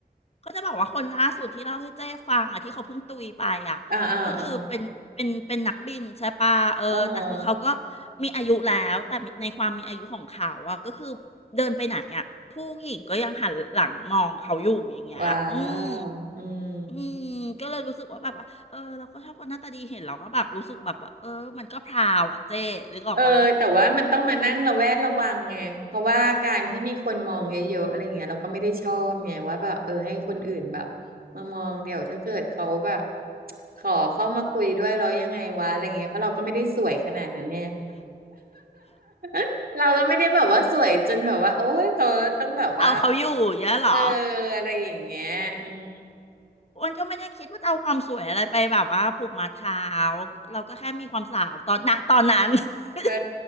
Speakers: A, on the left; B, on the right.
A: ก็จะบอกว่าคนล่าสุดที่เล่าให้เจ๊ฟังอ่ะที่เขาเพิ่งตุยไปอ่ะก็คือเป็นเป็นเป็นนักบินใช่ปะเออแต่คือเขาก็
B: อ่าอ่าอ่าอ่าฮะ
A: มีอายุแล้วแต่ในความมีอายุของเขาอ่ะก็คือเดินไปไหนอ่ะผู้หญิงก็ยังหันหลังมองเขาอยู่อย่างเงี้ยอืม
B: ว้าวอืม
A: อืมก็เลยรู้สึกว่าแบบว่าเออเราก็ชอบคนหน้าตาดีเห็นเราก็แบบรู้สึกแบบว่าเออมันก็พราวอ่ะเจ๊นึกออกว่า
B: เออแต่ว่ามันต้องมานั่งระแวดระวังไงเพราะว่าการที่มีคนมองเยอะๆอะไรเงี้ยเราก็ไม่ได้ชอบไงว่าแบบเออให้คนอื่นแบบมามองเดี๋ยวถ้าเกิดเขาแบบขอเข้ามาคุยด้วยเรายังไงวะอะไรเงี้ยเพราะเราก็ไม่ได้สวยขนาดนั้นเนี่ย <laughs> เราก็ไม่ได้แบบว่าสวยจนแบบว่าโอ๊ยเขาต้องแบบว่า
A: เอาเขาอยู่อย่างเงี้ยเหรอ
B: เอออะไรอย่างเงี้ยอืม
A: อ้วนก็ไม่ได้คิดว่าจะเอาความสวยอะไรไปแบบว่าผูกมัดเขาเราก็แค่มีความสาวตอนนตอนนั้น <laughs>
B: เออ